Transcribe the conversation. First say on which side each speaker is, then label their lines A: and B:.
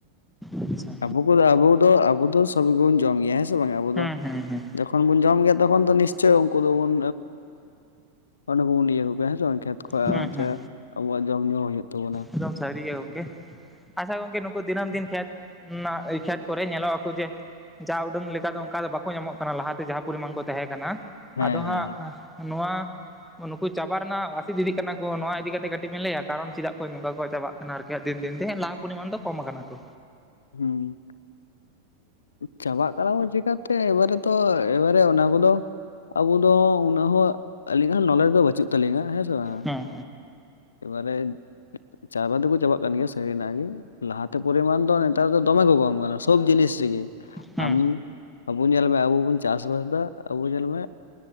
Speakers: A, in the centre; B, on the left.
A: ᱟᱪᱪᱷᱟ
B: ᱟᱵᱩ ᱠᱚᱫᱚ ᱟᱵᱩ ᱫᱚ ᱟᱵᱩ ᱫᱚ ᱥᱚᱵᱤ ᱠᱚᱵᱚᱱ ᱡᱚᱢ ᱜᱮᱭᱟ ᱦᱮᱸ ᱥᱮ ᱵᱟᱝ ᱟᱵᱩ
A: ᱦᱩᱸ
B: ᱫᱚ
A: ᱦᱩᱸ ᱦᱩᱸ
B: ᱡᱚ ᱠᱷᱚᱱ ᱵᱚᱱ ᱡᱚᱢ ᱜᱮᱭᱟ ᱛᱚᱠᱷᱚᱱ ᱫᱚ ᱱᱤᱥᱪᱳᱭ ᱩᱱᱠᱩ ᱫᱚᱵᱚᱱ ᱚᱱᱮ ᱠᱚᱵᱚᱱ ᱤᱭᱟᱹ ᱠᱚᱜᱮᱭᱟ ᱦᱮᱸᱥᱮ ᱵᱟᱝ ᱠᱷᱮᱛ ᱦᱳᱭ ᱟᱨᱚ
A: ᱦᱩᱸ
B: ᱱᱚᱛᱮ
A: ᱦᱩᱸ
B: ᱟᱵᱩᱣᱟᱜ ᱡᱚᱢ ᱧᱩ ᱦᱩᱭᱩᱜ ᱛᱟᱵᱩᱱᱟ᱾
A: ᱮᱠᱫᱚᱢ ᱥᱟᱲᱤ ᱜᱮ ᱜᱚᱝᱠᱮ ᱟᱪᱪᱷᱟ ᱜᱚᱝᱠᱮ, ᱫᱤᱱᱟᱹᱢ ᱫᱤᱱ ᱠᱷᱮᱛ ᱠᱷᱮᱛ ᱠᱚᱨᱮ ᱧᱮᱞᱚᱜ ᱟᱠᱚ ᱡᱮ ᱡᱟ ᱩᱰᱟᱹᱝ ᱞᱮᱠᱟ ᱫᱚ ᱚᱱᱠᱟ ᱫᱚ ᱵᱟᱠᱚ ᱧᱟᱢᱚᱜ ᱠᱟᱱᱟ ᱞᱟᱦᱟᱛᱮ ᱡᱟᱦᱟᱸ ᱯᱚᱨᱤᱢᱟᱱ ᱠᱚ ᱛᱟᱦᱮᱸ ᱠᱟᱱᱟ᱾
B: ᱦᱮᱸ
A: ᱟᱫᱚ ᱦᱟᱸᱜ
B: ᱦᱮᱸ
A: ᱱᱚᱣᱟ ᱱᱩᱠᱩ ᱪᱟᱵᱟ ᱨᱮᱱᱟᱜ ᱟᱥᱤᱫ ᱤᱫᱤᱜ ᱠᱟᱱᱟ ᱠᱩ ᱱᱚᱣᱟ ᱤᱫᱤ ᱠᱟᱛᱮ ᱠᱟᱴᱤᱡ ᱵᱮᱱ ᱞᱟᱹᱭᱟ ᱠᱟᱨᱚᱱ ᱪᱮᱫᱟᱜ ᱠᱚ ᱱᱚᱝᱠᱟ ᱠᱚ ᱪᱟᱵᱟᱜ ᱠᱟᱱᱟ ᱟᱨᱠᱤ ᱫᱤᱱ ᱫᱤᱱᱛᱮ ᱦᱮᱸ ᱞᱟᱦᱟ ᱯᱚᱨᱤᱢᱟᱱ ᱫᱚ ᱠᱚᱢ ᱠᱟᱱᱟ ᱠᱩ᱾
B: ᱦᱩᱸ ᱪᱟᱵᱟᱜ ᱠᱟᱱᱟ ᱵᱚᱱ ᱪᱤᱠᱟᱹᱛᱮ ᱮᱵᱟᱨᱮ ᱛᱚ ᱮᱵᱟᱨᱮ ᱚᱱᱟ ᱠᱚᱫᱚ ᱟᱵᱩ ᱫᱚ ᱩᱱᱟᱹᱜ ᱦᱚᱸ ᱟᱞᱤᱧᱟᱜ ᱦᱚᱸ ᱱᱚᱞᱮᱡᱽ ᱫᱚ ᱵᱟᱪᱩᱜ ᱛᱟᱹᱞᱤᱧᱟ ᱦᱮᱸ ᱥᱮ ᱵᱟᱝ
A: ᱦᱩᱸ
B: ᱮᱵᱟᱨᱮ ᱪᱟᱵᱟ ᱫᱩᱠᱚ ᱪᱟᱵᱟᱜ ᱠᱟᱱ ᱜᱮᱭᱟ ᱥᱮ ᱥᱟᱨᱤᱱᱟᱜ ᱜᱤ ᱞᱟᱦᱟᱛᱮ ᱯᱚᱨᱤᱢᱟᱱ ᱫᱚ ᱱᱮᱛᱟᱨ ᱫᱚ ᱫᱚᱢᱮ ᱠᱚ ᱠᱚᱢ ᱠᱟᱱᱟ ᱥᱚᱵᱽ ᱡᱤᱱᱤᱥ ᱨᱤᱜᱤ᱾
A: ᱦᱩᱸ
B: ᱟᱢ ᱟᱵᱩ ᱧᱮᱞ ᱢᱮ ᱟᱵᱩ ᱵᱚᱱ ᱪᱟᱥᱵᱟᱥ ᱫᱟ ᱟᱵᱩ ᱧᱮᱞᱢᱮ